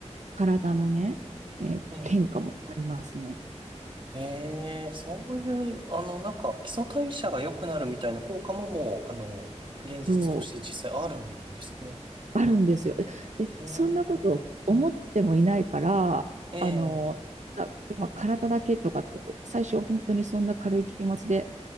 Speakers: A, on the right; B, on the right.
A: 体のね、えー変化もありますね。
B: ええ。へえそういう、あの、なんか、基礎代謝が良くなるみたいな効果ももう、あの、現実として実際あるんですね。
A: そう、あるんですよ。で、
B: へえ。
A: そんなこと思ってもいないから、
B: ええ。
A: あの、あまあ、体だけとかって、最初は本当にそんな軽い気持ちで